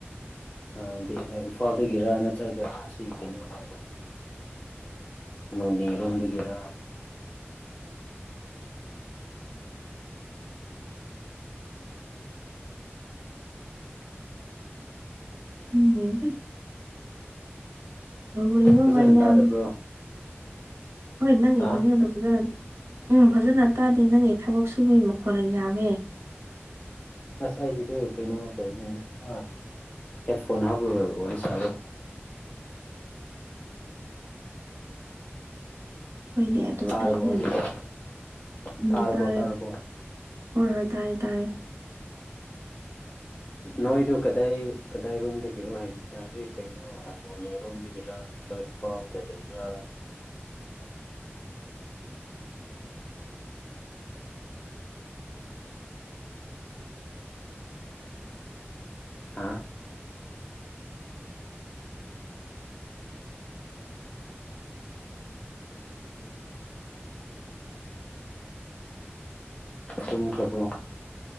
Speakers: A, on the left; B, on the right.
A: ꯑꯥ ꯏꯝꯐꯥꯜꯗꯒꯤꯔ ꯅꯠꯇ꯭ꯔꯒ ꯁꯤ ꯀꯩꯅꯣ ꯑꯥ ꯅꯣꯅꯦ ꯔꯣꯝꯗꯒꯤꯔ
B: ꯈꯪꯗꯦꯗ ꯇꯧꯔꯤꯕ
A: ꯐꯖꯅ
B: ꯃꯌꯥꯝ
A: ꯇꯥꯗꯕ꯭ꯔꯣ
B: ꯍꯣꯏ ꯅꯪꯒꯤ
A: ꯍꯥ
B: ꯈꯣꯟꯖꯦꯜꯗꯣ ꯐꯖꯅ ꯎꯝ ꯐꯖꯅ ꯇꯥꯗꯦ ꯅꯪꯒꯤ ꯊꯕꯛ ꯁꯨꯕꯩ ꯃꯈꯣꯜꯅ ꯌꯥꯝꯃꯦ
A: ꯑꯁ ꯑꯩꯒꯤꯗꯨ ꯀꯩꯅꯣ ꯇꯧꯕꯒꯤꯅꯦ ꯑꯥ ꯍꯦꯠꯐꯣꯟ ꯍꯥꯞꯔꯒ ꯋꯥꯔꯤ ꯁꯥ
B: <inaudible> ꯍꯣꯏꯅꯦ ꯑꯗꯣ
A: ꯇꯥꯔꯕꯣ
B: ꯑꯩꯖꯦꯅ
A: ꯍꯧꯖꯤꯛꯇꯤ
B: ꯎꯝ
A: ꯇꯥꯔꯕꯣ
B: ꯇꯥꯔꯦ
A: ꯇꯥꯔꯕꯣ
B: ꯍꯣꯏ ꯍꯣꯏ ꯇꯥꯔꯦ ꯇꯥꯔꯦ
A: ꯅꯣꯏꯗꯣ ꯀꯗꯥꯏ ꯀꯗꯥꯏꯔꯣꯝꯗꯒꯤꯔꯣ ꯍꯥꯏꯕꯅꯤꯗ ꯍꯧꯖꯤꯛ ꯀꯩꯅꯣ ꯅꯣꯅꯦꯔꯣꯝꯗꯒꯤꯔ ꯅꯠꯇ꯭ꯔꯒ ꯏꯝꯐꯥꯜꯗ ꯂꯩꯕ꯭ꯔꯥ ꯑꯥ ꯇꯨꯝꯈ꯭ꯔꯕꯣ